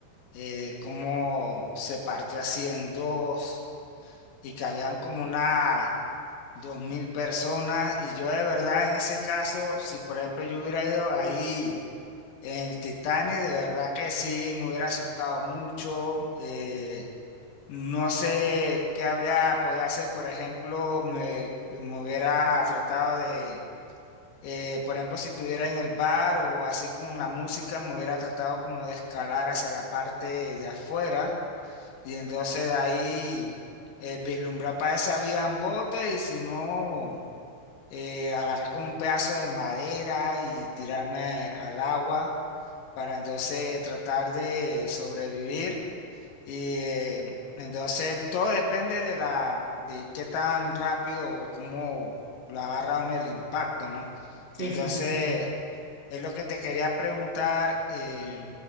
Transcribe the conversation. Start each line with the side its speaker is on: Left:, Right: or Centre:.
Left: eh, cómo se partió así en dos y que habían como unas dos mil personas y yo de verdad en ese caso, si por ejemplo yo hubiera ido ahí en el Titanic, de verdad que sí, me hubiera asustado mucho. eh, no sé qué habría podido hacer, por ejemplo, me, me hubiera tratado de, eh, por ejemplo, si estuviera en el bar o así con la música, me hubiera tratado como de escalar hacia la parte de afuera y entonces de ahí eh, vislumbrar para esa vía en bote y si no, eh, agarrar como un pedazo de madera y tirarme al agua para entonces tratar de sobrevivir. Y eh, entonces todo depende de la, de qué tan rápido o cómo lo agarra uno el impacto, ¿no?
Right: Sí,
Left: Y entonces
Right: sí, sí, claro.
Left: es lo que te quería preguntar, eh,